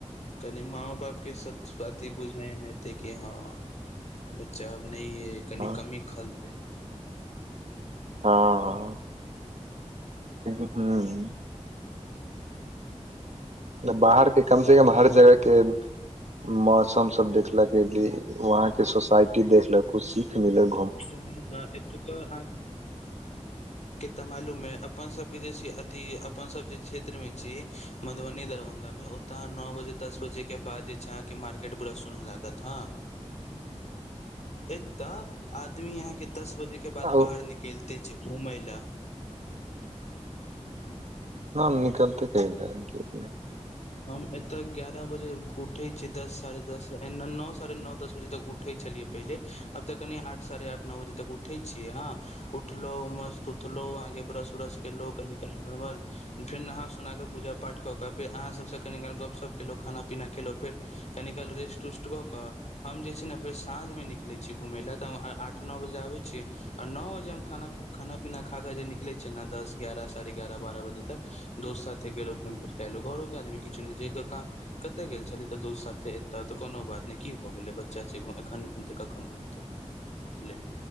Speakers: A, on the left; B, on the right.
A: कनि माँ बाप के सच अति बुझाई में ऐतै कि हँ बच्चा अब नहि है कनि
B: हँ
A: कमी खलते
B: हाँ <inaudible> बाहर के कम से कम हर जगह के मौसम सब देखलक एली वहां के सोसाायटी देखलक कु सीख मिलल
A: <unintelligible> अहाँ के त ऽ मालुम ऐ अपन सबके जे छै अथी अपन सब जे क्षेत्र में छी मधुबनी दरभंगा मे ओते अहां के नौ बजे दस बजे के बाद जे छै अहाँ के मार्केट पुरा सुन लागत ह एतऽ आदमी यहाँ के दस बजे के बाद
B: आ
A: बाहर निकलते छै घूमय ले
B: हां निकलते कै लने
A: हम एतय ग्यारह बजे उठै छियै दस साढ़े दस नौ साढ़े नौ दस बजे तक उठै छलियै पहिले अब तऽ कनि आठ साढ़े आठ नौ बजे तक उठे छियै हाँ उठलो मस्त उठलो आगे ब्रश उरस केलो निकल नर्मल फेर नहा सुना क पूजा पाठ कऽ क फेर अहाँ सभ सँ कनी काल गपशप केलहुँ खाना पीना खेलहुँ फेर कनि काल रेस्ट उस्ट कऽ कऽ हम जे छै ने फेर साँझमे निकलैत छी घुमय ल तऽ हम आठ नओ बजे आबै छियै आ नौ‌बजे हम खाना खाना पीना खा कऽ जे निकलैत छियै ने दस ग्यारह साढ़े बारह बजे तक दोस्त साथे गेलो घुमि फिर क एलो घरोे के आदमी किछु कतय गेल छलियै तऽ दोस्त साथे एयतहु तऽ कोनो बात नहि की भऽ गेलै बच्चा छै एखन घुमतै कखन घूमतै ले